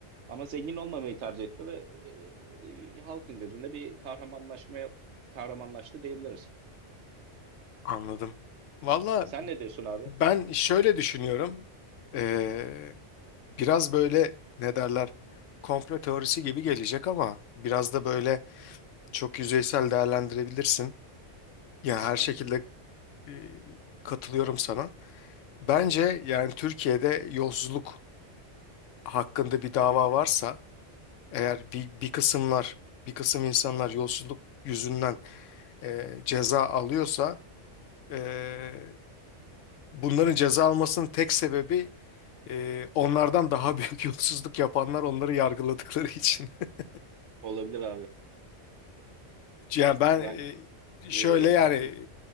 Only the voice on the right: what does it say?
Ama zengin olmamayı tercih etti ve e, halkın gözünde bir kahramanlaşmaya kahramanlaştı diyebiliriz.
Sen ne diyorsun abi?
Aha,
olabilir abi.
Ben
e,
katıl